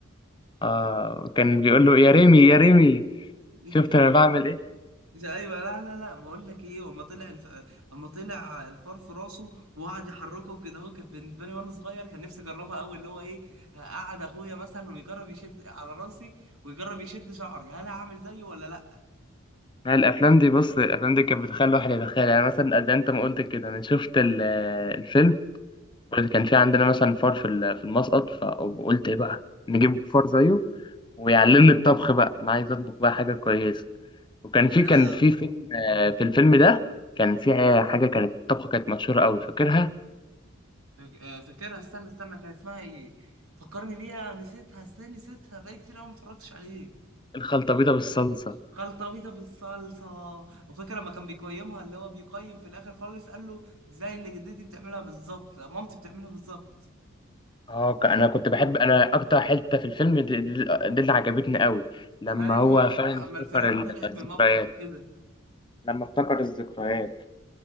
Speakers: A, on the left; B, on the right.
A: آه كان بيقول له يا ريمي يا ريمي
B: <laughs>
A: شفت أنا بعمل إيه؟
B: مش ايوه لا لا لا بقول لك ايه وأما طلع الف... اما طلع الفار في راسه وقعد يحركه كده هو كان بالنسبه لي وانا صغير كان نفسي اجربها قوي اللي هو ايه قعد اخويا مثلا ويجرب يشد على راسي ويجرب يشد شعري هل هعمل زيه ولا لا
A: لا الأفلام دي بص الأفلام دي كانت بتخلي الواحد يتخيل يعني مثلا زي أنت ما قلت كده أنا شفت ال- الفيلم كان في عندنا مثلا فار في ال- في المسقط فقلت ايه بقى نجيب فار زيه ويعلمني الطبخ بقى انا عايز اطبخ بقى حاجه كويسه وكان في
B: لا
A: كان في فيلم آه، في الفيلم ده كان في حاجه كانت الطبخه كانت مشهوره قوي فاكرها
B: فاك- آه، فاكرها استنى استنى كان اسمها ايه فكرني بيها نسيتها ازاي نسيتها بقالي كتير قوي ما اتفرجتش عليه
A: الخلطه بيضه بالصلصه
B: خلطة بيضة في الصلصة وفاكر لما كان بيقيمها اللي هو بيقيم في الآخر خالص قال له زي اللي جدتي بتعملها بالظبط مامتي بتعملها بالظبط
A: اه ك- انا كنت بحب انا اكتر حته في الفيلم دي, دي, دي اللي عجبتني قوي لما
B: أيوة
A: هو
B: ما-
A: فعلا
B: أما أما
A: افتكر
B: الفيران
A: ال-
B: طلعت
A: الذكريات
B: من المطبخ وكده
A: لما افتكر الذكريات